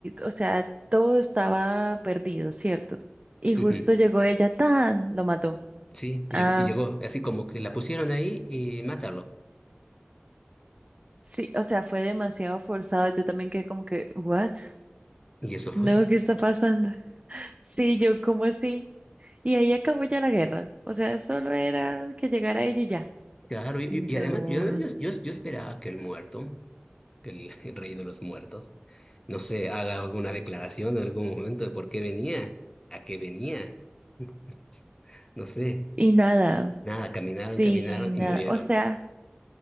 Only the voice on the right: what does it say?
o sea, todo estaba perdido, ¿cierto? Y justo
llegó ella, tan, lo mató.
Ah,
sí, o sea, fue demasiado forzado. Yo también quedé como que, what?
No, ¿qué está pasando? <laughs> Sí, yo como así. Y ahí acabó ya la guerra. O sea, solo era que llegara ella y ya.
No.
Y nada.
Sí,
nada.
O sea,